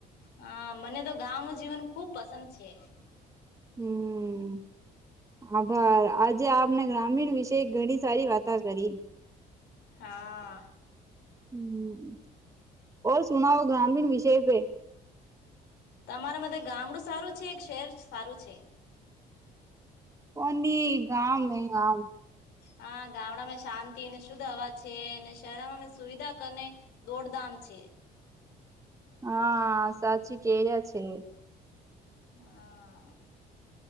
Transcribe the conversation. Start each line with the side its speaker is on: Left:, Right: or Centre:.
Left: હા મને તો ગાઓનુ જીવન ખુબ પસંદ છે.
Right: હમ્મ. આભાર આજે આપને ગ્રામીણ વિશે ઘણી સારી વાતા કરી.
Left: હા
Right: હમ ઓ સુનાઓ ગ્રામીણ વિષય પે
Left: તમારા મલે ગામડું સારું છે કે શહેર સારું છે
Right: કોની ગામ હે ગામ
Left: હા ગામડામાં શાંતિ અને શુદ્ધ હવા છે અને શહેરમાં મે સુવિધા કરને દોડદામ છે
Right: હા સાચી કેયા છે
Left: હા